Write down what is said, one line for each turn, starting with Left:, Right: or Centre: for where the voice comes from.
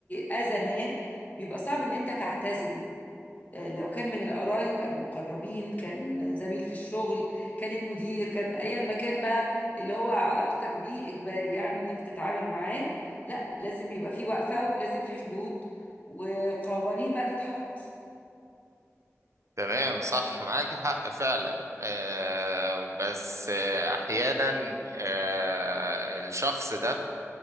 Left: اذى ما بيبقى صعب ان انت تعتزله آه، لو كان من القرايب المقربين كان زميل في الشغل كان المدير كان ايا ما كان بقى اللي هو علاقتك بيه اجباري يعني انك تتعامل معاه لا لازم يبقى في وقفة ولازم في حدود وقوانين بقى تتحط
Right: تمام صح معاك حق فعلا آه، بس آه، احيانا آه، الشخص ده